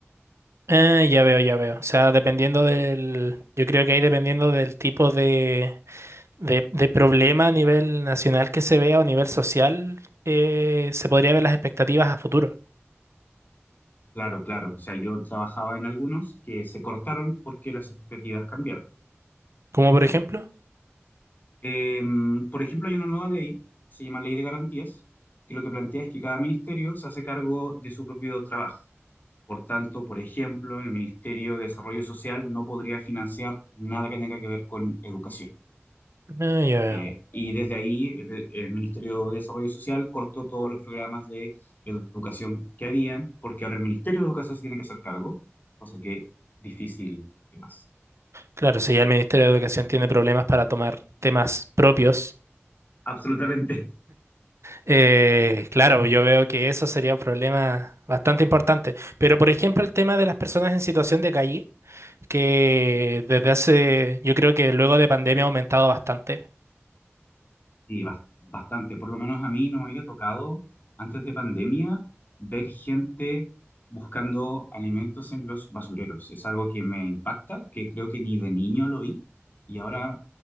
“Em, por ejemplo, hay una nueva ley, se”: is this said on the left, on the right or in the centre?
Left